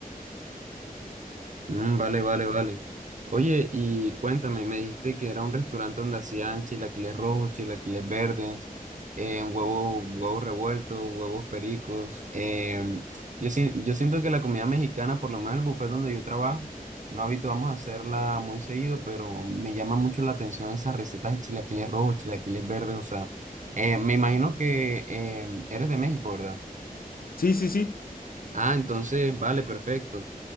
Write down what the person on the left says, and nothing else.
Sí, sí, sí.